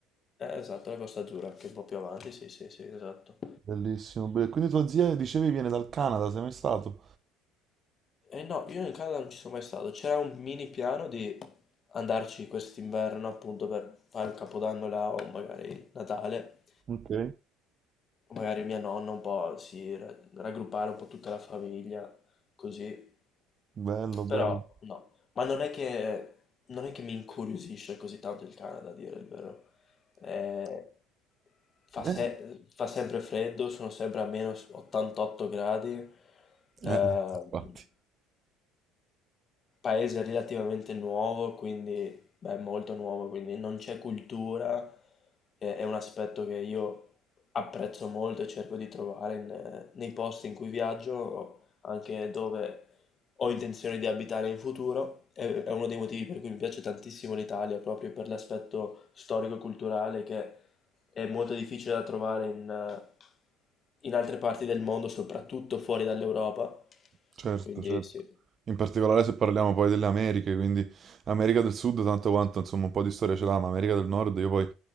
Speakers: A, on the left; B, on the right.
A: eh, esatto, la Costa Azzurra, anche un po' più avanti, sì, sì, sì, esatto.
B: bellissimo. be- Quindi tua zia, dicevi, viene dal Canada, sei mai stato?
A: E no, io in Canada non ci sono mai stato, c'era un mini piano di andarci quest'inverno appunto per fare un capodanno là o magari Natale,
B: Ok.
A: magari mia nonna un po' si ra- raggruppare un po' tutta la famiglia, così
B: Bello, bello.
A: Però no, ma non è che, non è che mi incuriosisce così tanto il Canada, a dire il vero. Eh, fa, se-
B: Eh,
A: fa sempre freddo, sono sempre a meno 88 gradi, ehm,
B: Eh, infatti.
A: paese relativamente nuovo, quindi, beh, molto nuovo, quindi non c'è cultura, e- è un aspetto che io apprezzo molto e cerco di trovare in- nei posti in cui viaggio, anche dove ho intenzione di abitare in futuro. È, è uno dei motivi per cui mi piace tantissimo l'Italia, proprio per l'aspetto storico-culturale che è molto difficile da trovare in in altre parti del mondo, soprattutto fuori dall'Europa.
B: Certo,
A: Quindi
B: certo.
A: sì,
B: In particolare se parliamo poi delle Americhe, quindi America del Sud tanto quanto insomma un po' di storia ce l'ha, ma America del Nord io poi